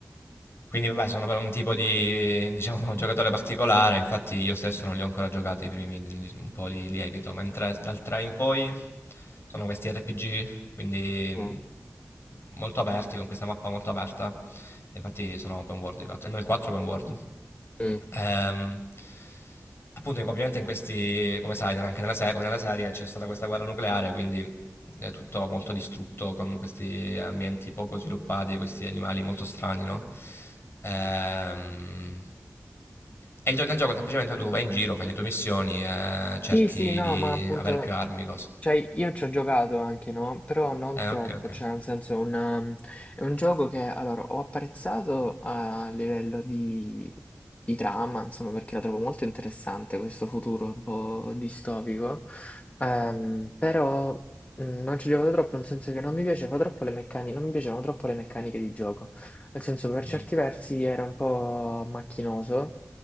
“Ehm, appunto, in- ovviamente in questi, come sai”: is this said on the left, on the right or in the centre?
Left